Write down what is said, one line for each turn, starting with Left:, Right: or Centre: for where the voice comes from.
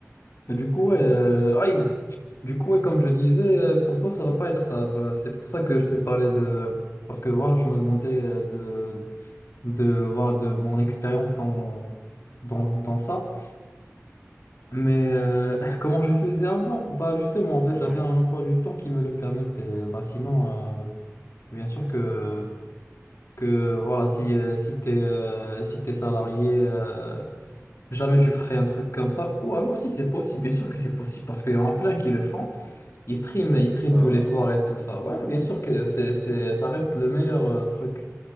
Left: et du coup, ouais, euh, aïe. Du coup, et comme je disais, euh, pour toi, ça va pas être ça. Euh, C'est pour ça que je te parlais de, parce que voilà, je me demandais euh, de, de, voilà, de mon expérience dans, dans, dans ça. Mais euh, comment je faisais avant? Bah justement, en fait,
Centre: Ouais.
Left: j'avais un emploi du temps qui me le permettait. Bah sinon. euh, Bien sûr que, que voilà, si, euh, si t'es, euh, si t'es salarié, euh, jamais tu ferais un truc comme ça. Ou alors si c'est possible, bien sûr que c'est possible parce qu'il y en a plein qui le font. Ils streament, ils streament
Centre: Bah
Left: tous
Centre: ouais,
Left: les soirs et tout ça. Ouais, bien sûr que c'est, c'est, ça reste le meilleur euh, truc.